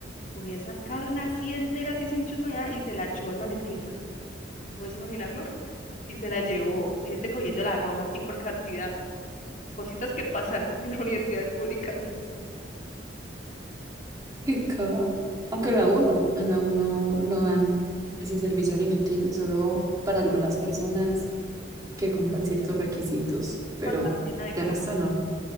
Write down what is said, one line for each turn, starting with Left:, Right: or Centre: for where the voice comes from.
Left: cogía esa carne así entera, así sin chuspa ni nada, y se la echó al maletín, man. ¿Puedes imaginarlo? Y se la llevó, gente cogiendo la roja así por cantidad cositas que pasan <laughs> en las universidades públicas.
Right: Qué ca- Aunque la uno, en la uno no dan ese servicio alimenticio solo para algunas personas que cumplan ciertos requisitos, pero
Left: Pasaba bien la de
Right: de
Left: carne.
Right: resto no.